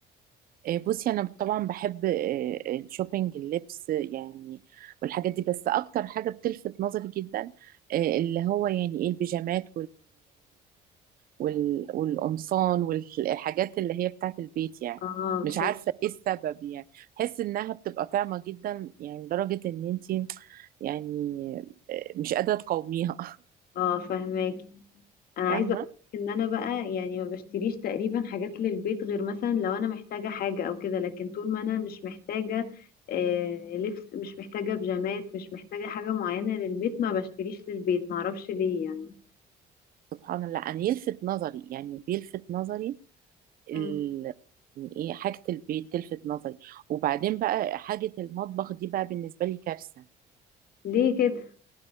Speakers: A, on the right (about 60°); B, on the left (about 65°).
A: آه، بصي انا طبعا بحب آه، الشوبينج اللبس يعني والحاجات دي بس اكتر حاجة بتلفت نظري جدا آه، اللي هو يعني ايه البيجامات وال... والقمصان والحاجات اللي هي بتاعت البيت يعني
B: اه
A: مش
B: بتحبي
A: عارفة ايه السبب يعني بحس انها بتبقى طعمة جدا يعني لدرجة ان انتي يعني آه، مش قادرة تقاوميها
B: اه فهماكي انا عايزه
A: <laughs> فاهمة
B: اقولك ان انا بقى يعني ما بشتريش تقريبا حاجات للبيت غير مثلا لو انا محتاجه حاجه او كده لكن طول ما انا مش محتاجه آه لبس مش محتاجه بيجامات مش محتاجه حاجه معينه للبيت ما بشتريش للبيت ما اعرفش ليه يعني
A: سبحان الله انا يلفت نظري يعني بيلفت نظري ال...
B: مم.
A: يعني ايه حاجة البيت تلفت نظري وبعدين بقى حاجة المطبخ دي بقى بالنسبة لي كارثة
B: ليه كده